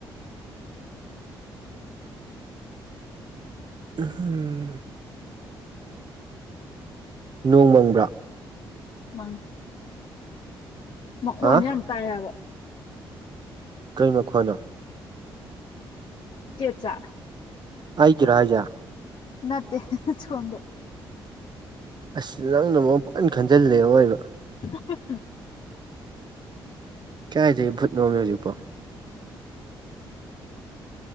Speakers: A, on the right; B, on the left.
A: ꯎꯝ ꯅꯣꯡ ꯃꯪꯕ꯭ꯔꯥ
B: ꯃꯪꯉꯦ ꯃꯈꯣꯟꯁꯦ
A: ꯑ
B: ꯌꯥꯝ ꯇꯥꯏꯌꯦꯕ
A: ꯀꯩ ꯃꯈꯣꯟꯅꯣ
B: ꯆꯦ ꯆꯥ
A: ꯑꯩ ꯀꯤꯔ ꯍꯥꯢꯁꯦ
B: ꯅꯠꯇꯦ ꯁꯣꯝꯗ
A: ꯑꯁ ꯅꯪꯅ ꯃꯔꯣꯟ ꯑꯃ ꯄꯪꯈꯥꯜ ꯈꯟꯖꯤꯜꯂꯦ ꯑꯑꯣꯢꯕ
B: <inaudible>
A: ꯀꯥꯢꯗꯩ ꯚꯨꯠꯅꯣ ꯍꯧꯖꯤꯛꯄꯣ